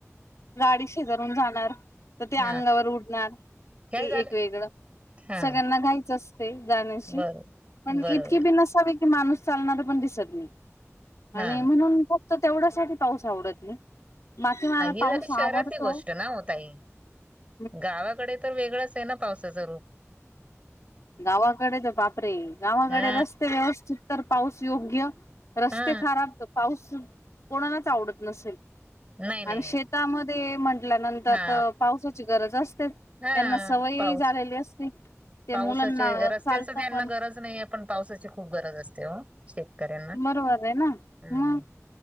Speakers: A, on the left; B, on the right.
A: गाडी शेजारून जाणार, तर ते
B: हा
A: अंगावर उडणार
B: हे
A: ते
B: झालं
A: एक वेगळं.
B: हा
A: सगळ्यांना घाईचं असते जाण्याची.
B: बरोबर
A: पण
B: बरोबर
A: इतकी बि नसावी- ती माणूस चालणार पण दिसत नाई आणि
B: हा
A: म्हणून फक्त तेवढ्यासाठी पाऊस आवडत नाय. बाकी मला
B: हि
A: पाऊस
B: झाली शहरातली
A: आवडतो.
B: गोष्ट ना ओ ताई,
A: हम्म
B: गावाकडे तर वेगळंच आय ना पावसाचं रूप.
A: गावाकडे तर बापरे गावाकडे
B: हा
A: रस्ते व्यवस्थित तर पाऊस योग्य. रस्ते
B: हा
A: खराब तर पाऊस कोणालाच आवडत नसेल.
B: नाही नाही
A: आणि शेत तामध्ये म्हंटल्यानंतर
B: हा
A: तर पावसाची गरज असते त्यांना
B: हा
A: सवयही
B: पाऊस
A: झालेली अस ते.
B: पावसाचे
A: मुलांना
B: रस्त्याच
A: चालतं
B: त्यांना
A: पण
B: गरज नाइया पण पावसाची खूप गरज असते ओ. शेतकऱ्यांना
A: बरोबर आहे ना
B: हम्म
A: मग